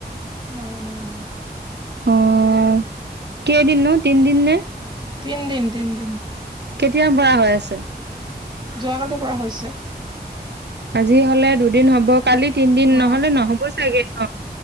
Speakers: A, on the right; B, on the right.
A: নাই নাই নাই।
B: অ' কেইদিননো, তিনদিন নে?
A: তিনদিন, তিনদিন।
B: কেতিয়া পৰা হৈ আছে?
A: যোৱাকালি পৰা হৈছে।
B: আজি হ'লে দুদিন হ'ব। কালি তিনদিন
A: অ
B: নহ'লে নহ'ব চাগে ন?